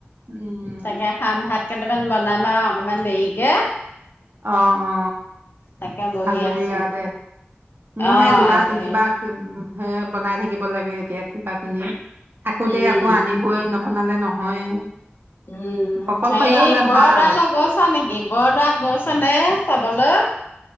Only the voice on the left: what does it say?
তাকে খাম ভাত কেইটামান বনামা আৰু অকণমান দেৰিকে
তাকে বহি
আছো
অ
আজৰি
উম
উম
হেৰি
বৰদোৱালৈ
গৈছ নেকি বৰদোৱাত গৈছ নে চাবলৈ